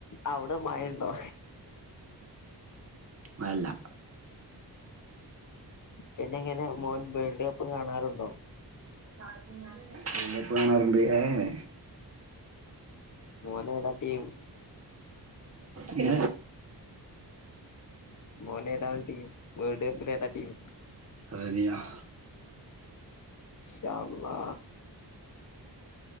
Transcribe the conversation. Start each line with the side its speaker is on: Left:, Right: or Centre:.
Left: അവ്ടെ മയണ്ടോ.
Right: മയല്ല.
Left: പിന്നെങ്ങനെ മോൻ വേൾഡ് കപ്പ് കാണാറുണ്ടോ.
Right: വേൾഡ് കപ്പ് കാണാറുണ്ട് ഏഹ് എഹ്.
Left: മോനേതാ ടീം.
Right: ഇത്.
Left: മോനേതാണ് ടീം വേൾഡ് കപ്പിലേതാ ടീം.
Right: അർജെന്റീന.
Left: ഷാ അളളാ.